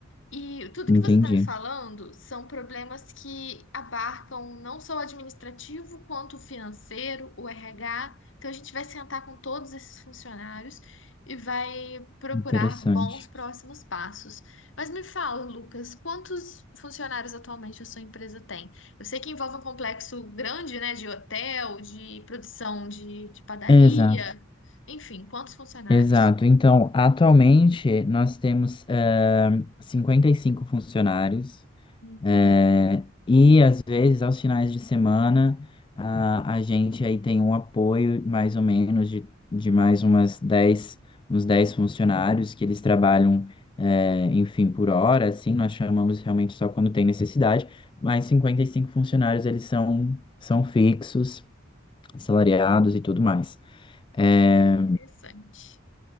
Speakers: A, on the left; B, on the left.
A: E tudo
B: entendi.
A: que você está me falando são problemas que abarcam não só o administrativo, quanto o financeiro, o RH. Então, a gente vai sentar com todos esses funcionários e vai procurar
B: Interessante.
A: bons próximos passos. Mas me fala, Lucas, quantos funcionários atualmente a sua empresa tem? Eu sei que envolve um complexo grande, né, de hotel, de produção de, de padaria,
B: Exato,
A: enfim, quantos funcionários?
B: exato. Então, atualmente, nós temos eh, 55 funcionários.
A: Uhum.
B: É, e às vezes, aos finais de semana, a, a gente aí tem um apoio mais ou menos de, de mais umas 10 uns 10 funcionários que eles trabalham, é, enfim, por hora, assim, nós chamamos realmente só quando tem necessidade, mas 55 funcionários eles são, são fixos, assalariados e tudo mais. É,
A: Interessante.